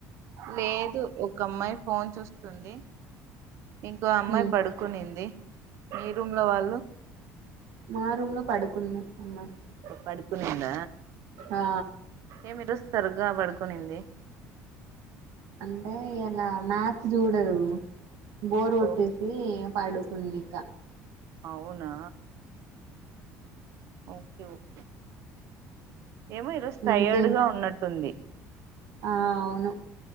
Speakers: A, on the right; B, on the right.
A: లేదు ఒక అమ్మాయి ఫోన్ చూస్తుంది ఇంకో అమ్మాయి
B: హ్మ్.
A: పడుకునింది మీ రూమ్ లో వాళ్ళు
B: మా రూమ్ లో పడుకుంది అమ్మాయి
A: పడుకునింద
B: ఆ
A: ఏమిరుస్తారు గా పడుకనింది
B: అంటే ఇలా మ్యాథ్స్ చూడదు బోర్ కొట్టేసి
A: ఓ
B: పడుకున్నా ఇంక
A: అవునా ఓకేఓకే ఏమో ఈ రజు టయర్డ్
B: ఇంకేం
A: గా ఉన్నట్టుంది
B: ఆ అవును